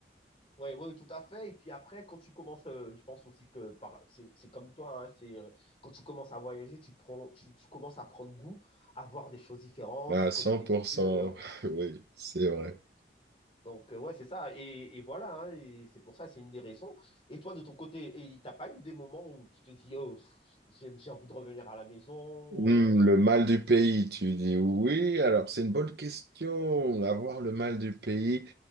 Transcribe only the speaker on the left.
Ouais, ouais, tout à fait. Et puis après, quand tu commences, euh, je pense aussi que par, c'est, c'est comme toi, hein, c'est, euh, quand tu commences à voyager, tu prends, tu, tu commences à prendre goût à voir des choses différentes,
à connaître
des cultures,
Donc, euh, ouais, c'est ça. Et, et voilà, hein, et c'est pour ça, c'est une des raisons. Et toi, de ton côté, et t'as pas eu des moments où tu te dis, oh, pff, j'ai, j'ai envie de revenir à la maison
euh,
et
tout